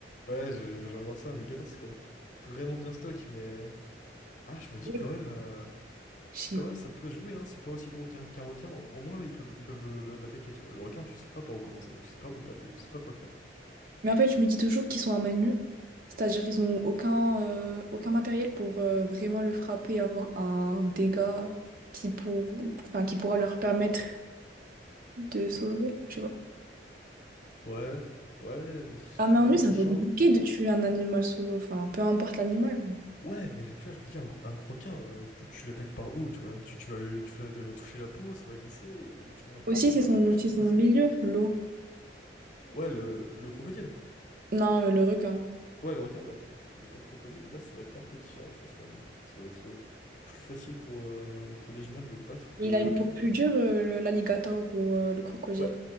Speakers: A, on the left; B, on the right.
A: Ouais, je, je viens de voir ça, un Légator, c'est quand même vraiment bien stock, mais... Ah, je me dis
B: Je
A: quand même... euh,
B: sais.
A: Quand même, ça peut se jouer, hein, c'est pas aussi gros qu'un qu'un requin. Au moins, là, ils peuvent ils peuvent le- le- l'attaquer, tu vois. Le requin, tu sais pas par où commencer, tu sais pas où taper, tu sais pas quoi faire.
B: Mais en fait, je me dis toujours qu'ils sont à main nue. C'est-à-dire qu'ils ont aucun, euh, aucun matériel pour euh, vraiment le frapper et avoir un dégât qui, pour... enfin, qui pourra leur permettre de sauver. Je sais pas.
A: Ouais, ouais, laisse-moi
B: À main nue,
A: réfléchir
B: c'est un peu compliqué
A: un peu.
B: de tuer un animal solo. Enfin, peu importe l'animal.
A: Ouais, mais tu vois, je me dis, un, un requin, euh, tu, tu l'attaques par où, tu vois? Tu, tu vas le, tu vas le toucher la peau, ça va glisser, et tu lui mets un coup
B: Aussi,
A: de poing,
B: c'est son,
A: t'as l'impression
B: c'est
A: qu'il se
B: son
A: passe
B: milieu,
A: rien.
B: l'eau.
A: Ouais, le, le crocodile.
B: Non, euh, le requin.
A: Ouais, le requin, ouais. Mais pour le crocodile, là, ça va être un peu différent, je pense quand même. Ça va être euh, plus facile pour, euh, pour les humains de le battre que.
B: Il
A: euh,
B: a une peau plus dure, euh, le- l'alligator ou euh, le crocodile.
A: Ouais,